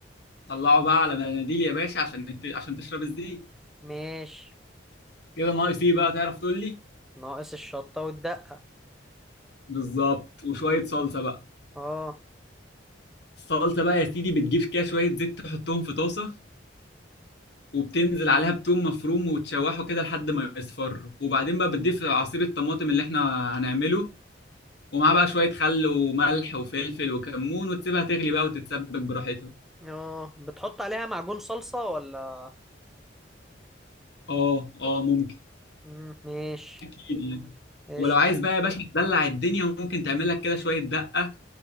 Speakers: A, on the left; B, in the centre.
A: طلعه بقى على مناديل يا باشا عشان نت- عشان تشرب الزيت
B: ماشي
A: كده ناقص ايه بقى تعرف تقول لي
B: ناقص الشطة والدقة
A: بالظبط وشويه صلصه بقى
B: اه
A: الصلصه بقى يا سيدي بتجيب كده شويه زيت تحطهم في طاسه وبتنزل عليها بتوم مفروم وتشوحه كده لحد ما يصفر وبعدين بقى بتضيف عصير الطماطم اللي احنا هنعمله ومعاه بقى شوية خل وملح وفلفل وكمون وتسيبها تغلي بقى وتتسبك براحتها
B: اه بتحط عليها معجون صلصة ولا
A: اه اه ممكن
B: مم. ماشي
A: اكيد يعني
B: ايش
A: ولو عايز بقى يا باشا تدلع الدنيا ممكن تعمل لك كده شوية دقة